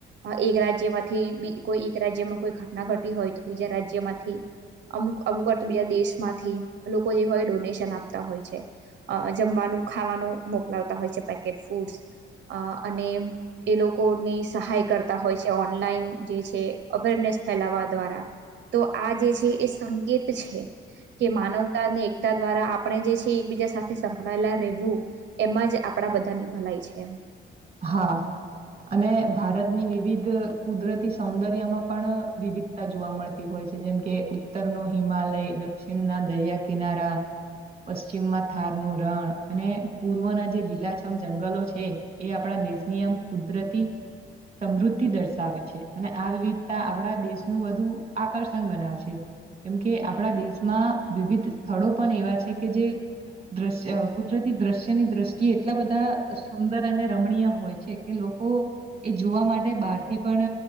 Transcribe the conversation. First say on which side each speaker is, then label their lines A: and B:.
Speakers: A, on the right (about 60°); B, on the right (about 30°).
A: અઅ એક રાજ્યમાંથી બી કોઈ એક રાજ્યમાં કોઈ ઘટના ઘટી હોય તો બીજા રાજ્યમાંથી અમુક અમુક વાર તો બીજા દેશમાંથી લોકો જે હોય ડોનેશન આપતા હોય છે અ જમવાનું નું ખાવાનું મોકલાવતા હોય છે પેકેટ્સ ફૂડસ અ અને એ લોકોની સહાય કરતા હોય છે ઓનલાઈન જે છે અવેરનેસ ફેલાવા દ્વારા કા તો આ જે છે એ સંતો કેત છે કે માનવતાને એકતા દ્વારા આપણે જે છે એ એકબીજા સાથે સંકળાયેલા રહેવું એમાં જ આપણા બધાની ભલાઈ છે.
B: હા. અને ભારતની વિવિધ અ કુદરતી સૌંદર્યમાં પણ અ વિવિધતા જોવા મળતી હોય છે જેમ કે ઉત્તરનો હિમાલય, દક્ષિણના દરિયા કિનારા પશ્ચિમમાં થાર નું રણ અને પૂર્વના જે લીલાછમ જંગલો છે. એ આપણા દેશની આમ કુદરતી સમૃદ્ધિ દર્શાવે છે અને આ વિવિધતા આપણા દેશનું વધુ આકર્ષણ બનાવે છે. કેમકે આપણા દેશમાં વિવિધ સ્થળો પણ એવા છે કે જે દ્રશ્ય કુદરતી દ્રશ્યની દ્રષ્ટિએ એટલા બધા આ સુંદર અને રમણીય હોય છે એ લોકો એ જોવા માટે બહારથી પણ